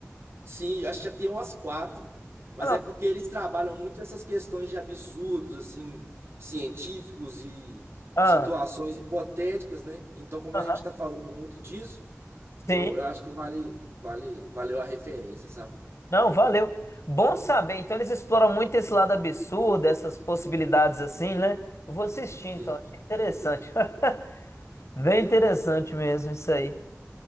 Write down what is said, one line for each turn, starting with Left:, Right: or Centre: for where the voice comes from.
Right: Sim, acho que já tem umas quatro. Mas
Left: Ah, não.
Right: é porque eles trabalham muito essas questões de absurdos, assim, científicos e
Left: Ah,
Right: situações hipotéticas, né? Então, como
Left: aham.
Right: a gente está falando muito disso, eu,
Left: Sim.
Right: eu acho que vale, vale, valeu a referência, sabe?
Left: Não, valeu. Bom saber. Então eles exploram muito esse lado absurdo, essas possibilidades assim, né? Eu vou assistir,
Right: Sim.
Left: então. Achei interessante. <laughs> Bem interessante mesmo isso aí.